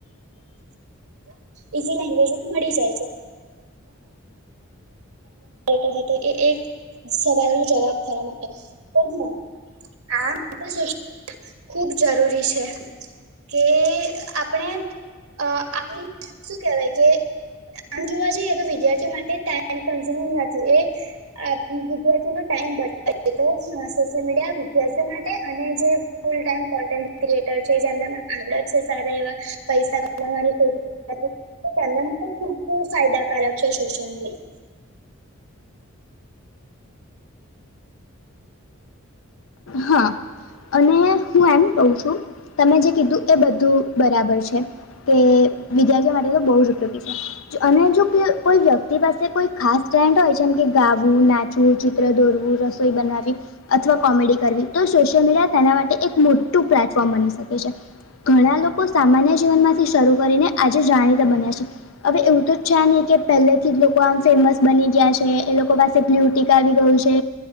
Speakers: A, on the right; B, on the left.
A: ઈઝી લેંગ્વેજમાં મળી જાય છે. આપ સા સવાલ નો જવાબ ખોરવા માટે પણ આ તો ખુબ જરૂરી છે કે આપણે આ આપણી શું કેહેવાય કે આમ જોવા જઈએ તો વિદ્યાર્થીઓ માટે ટાઈમ કન્ઝ્યુમિંગ નથી એ વિદ્યાર્થીઓનો ટાઈમ બચાવે તો સોશિયલ મીડિયા વિદ્યાર્થીઓ માટે અને જે ફૂલ ટાઈમ કોન્ટેન્ટ ક્રિએટર છે જેમનામાં આડત છે, સારા એવા પૈસા કમાવાની ના ખૂબજ ફાયદાકારક છે, સોશિયલ મીડિયા
B: હા અને હું એમ કઉ છુ, તમે જે કીધુ એ બધુ બરાબર છે. તે વિદ્યાર્થીઓ માટે તો બહુ જ ઉપયોગી છે. અને જો કોઈ વ્યક્તિ પાસે કોઈ ખાસ ટેલેન્ટ હોય, જેમ કે ગાવું નાચવુ ચિત્ર દોરવું રસોઈ બનાવી અથવા કોમેડી કરવી તો સોશિયલ મીડિયા તેના માટે એક મોટુ પ્લેટફોર્મ બનશે ઘણા લોકો સામાન્ય જીવન માંથી શરૂ કરીને આજે જાણીતા બન્યા છે. હવે એવું તો છે, નહી કે પહેલેથી જ લો કો આમ ફેમસ બની ગયા છે એ લોકો પાસે બ્લુ ટિક આવી ગયુ છે.